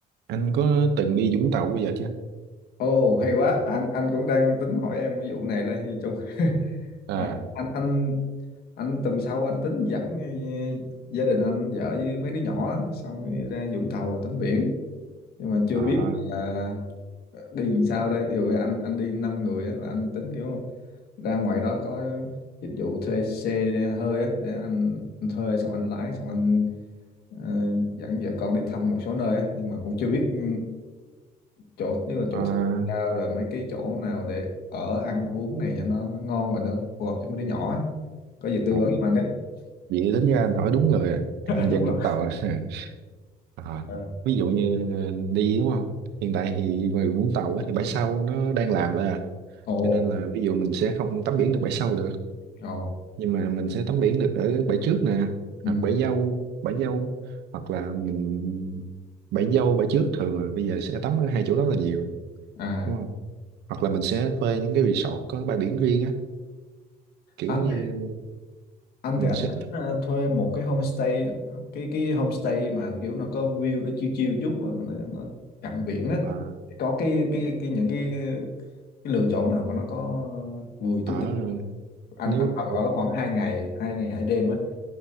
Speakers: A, on the right (about 80°); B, on the left (about 70°).
A: Anh có từng đi Vũng Tàu bao giờ chưa?
B: Ồ hay quá, anh anh cũng đang tính hỏi em cái vụ này là thì chung
A: À,
B: à, anh anh anh tuần sau anh tính dẫn ờ, gia đình anh vợ với mấy đứa nhỏ á, xong rồi ra Vũng Tàu tắm biển nhưng mà chưa
A: à,
B: biết là đi làm sao đây. Ví dụ anh anh đi 5 người á là anh tính kiểu ra ngoài đó có dịch vụ thuê xe để hơi á để anh, anh thuê xong anh lái xong anh ờ, dẫn vợ con đi thăm một số nơi á nhưng mà cũng chưa biết ừ, chỗ như là chỗ
A: à,
B: thuê cao rồi mấy cái chỗ nào để ở ăn uống này cho nó nó ngon và nó phù hợp cho mấy đứa nhỏ á có gì tư
A: à.
B: vấn cho anh đấy <laughs>
A: Vậy đến ra anh hỏi đúng người à. Em
B: đúng
A: dân
B: rồi
A: Vũng Tàu à. <laughs> À,
B: Ờ.
A: Ví dụ như ờ, đi đúng không? Hiện tại thì ngoài Vũng Tàu á, thì bãi sau nó đang làm lại à.
B: ồ
A: Cho nên là ví dụ mình sẽ không tắm biển được bãi sau được.
B: ồ
A: Nhưng mà mình sẽ tắm biển được ở bãi trước nè.
B: ừ
A: Hoặc bãi dâu, bãi dâu. Hoặc là mình bãi dâu, bãi trước thường là bây giờ sẽ tắm ở hai chỗ đó là nhiều.
B: à
A: Đúng không? Hoặc là mình sẽ thuê những cái resort có bãi biển riêng á. Kiểu
B: anh
A: như
B: thì- anh
A: mình
B: thì anh
A: sẽ
B: tính ờ, thuê một cái homestay cái cái homestay mà kiểu nó có view nó chill chill chút á, mà nó, nó cạnh biển á
A: à,
B: thì có cái cái cái những cái cái lựa chọn nào mà nó có vùi túi
A: à
B: tiền không? anh
A: nếu
B: anh tầm ở khoảng hai ngày hai ngày hai đêm á